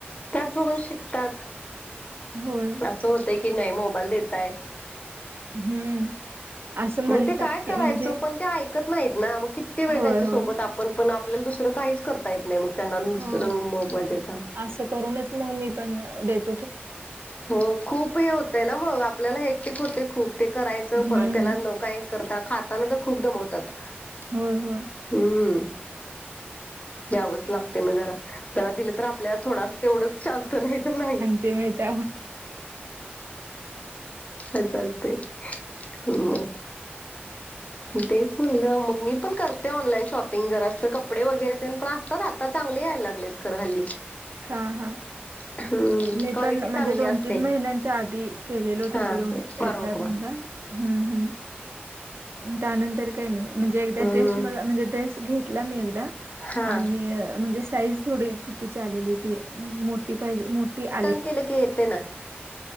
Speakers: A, on the left (about 35°); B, on the right (about 70°).
A: त्यात बघून शिकतात.
B: होय.
A: अस होत की नाही मोबाईल देतय.
B: हम्म असं म्हणतात
A: मग ते काय
B: की
A: करायचं
B: म्हणजे
A: पण ते ऐकत नाहीत ना मग किती वेळ
B: होय
A: त्यांच्या
B: होय
A: सोबत. पण पण आपल्याला दुसरं काहीच करता येत नाही मग. त्यांना दुसरं
B: हो,
A: मोबाईल देता
B: असं करूनच मग मी पण देत.
A: हो खूप हे होतय ना मग आपल्याला एकटिक होते खूप ते करायच.
B: हम्म
A: त त्याला न काय करता खाताना तर खूप दमवतात.
B: होय होय.
A: हम्म, यावच लागते मग जरा. जला दिलं तर आपल्याला थोडा तेवढंच शांत नाही तर नाही.
B: ते मिळते.
A: अस असते, ह. तेच म्हणलं मग मी पण करते ऑनलाईन शॉपिंग जरा अस कपडे वगैरे पण असतात. आता चांगले यायला लागलेत खर हल्ली.
B: हा हा,
A: हम्म
B: मी.
A: क्वालिटी
B: पण म्हणजे
A: चांगली
B: दोन,
A: असते
B: तीन महिन्यांच्या आधी केलेलतस
A: हा
B: दोन
A: मारू
B: एकदा
A: नको बाळ
B: दोनदा हम्म हम्. त्यानंतर काही नाही, म्हणजे एकदा
A: हम्म
B: ड्रेस मला म्हणजे ड्रेस घेतला मी एकदा.
A: हा
B: आणि म्हणजे साईज थोडी चुकीची आलेली ती मोठी पाहिजे मोठी आली.
A: केलेक येते ना.